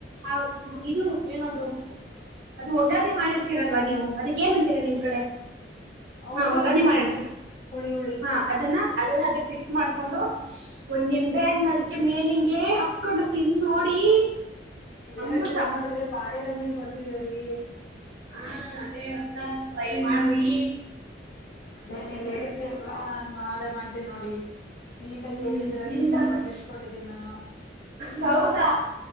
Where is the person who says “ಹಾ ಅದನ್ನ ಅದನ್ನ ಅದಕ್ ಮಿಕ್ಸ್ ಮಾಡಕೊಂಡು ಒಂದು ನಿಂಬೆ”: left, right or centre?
Right